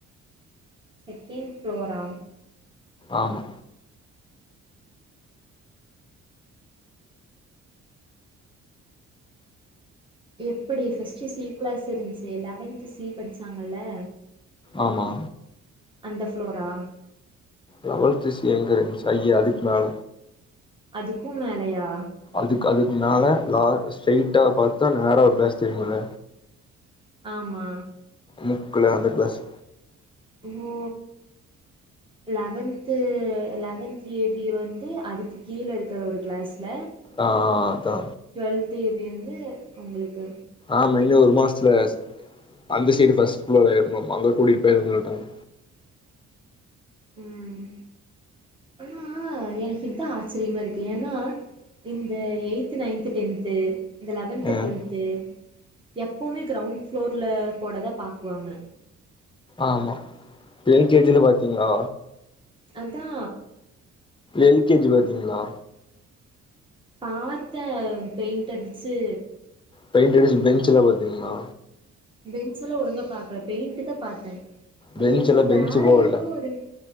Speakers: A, on the right; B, on the left.
A: செக்கெண் ஃப்ளோரா
B: ஆமா
A: எப்புடி ஃபஸ்ட்டு சி கிளாஸ் இருன்ச்சு லெவன்த்து சி படிச்சாங்கல்ல
B: ஆமா
A: அந்த ஃப்ளோரா
B: லவல்த்து சி எங்க இருந்ச்சு ஐய அதுக்மேல
A: அதுக்கூ மேலயா
B: அதுக் அதுக்மேல லா ஸ்ட்ரைட்டா பாத்தா நேரா ஒரு கிளாஸ் தெரியுல
A: ஆமா
B: முக்குல அந்த கிளாஸு
A: இதுவோ லவன்த்து லவன்த் ஏ பி வந்து அதுக்கு கீழ இருக்கிற ஒரு கிளாஸ்ல
B: ஆ அதா
A: டுவெல்து ஏ பி வந்து உங்குளுக்கு
B: ஆமா இன்னு ஒரு மாஸ்த்துல அந்த சைடு ஃபஸ்ட் ஃபோள இர்ந்தோ அங்க கூட்டிட் போய்ரேன் சொல்ட்டாங்க
A: ம் ஆனா எனக்கு இதா ஆச்சரியமா இருக்கு ஏனா இந்த எய்த்து நைன்த்து டென்த்து இந்த லெவன்த்து
B: ம்
A: டொல்த்து எப்பவ்மே கிரவுண் ஃப்ளோர்ல போடதா பாக்குவாங்க
B: ஆமா எல் கே ஜி ல பாத்தீங்ளா
A: அதா
B: எல் கே ஜி பாத்தீங்ளா
A: பாத்த அது வந் பெய்ண்ட் அடிச்சு
B: பெய்ண்ட் அடிச்சு பெஞ்சுலா பாத்தீங்ளா
A: பெஞ்சுலா ஒழுங்கா பாக்கல பெய்ண்ட்டுதா பாத்த அது
B: பெஞ்சுல
A: ஏதோ
B: பெஞ்சு
A: வேற
B: போடல
A: எதோ ஒரு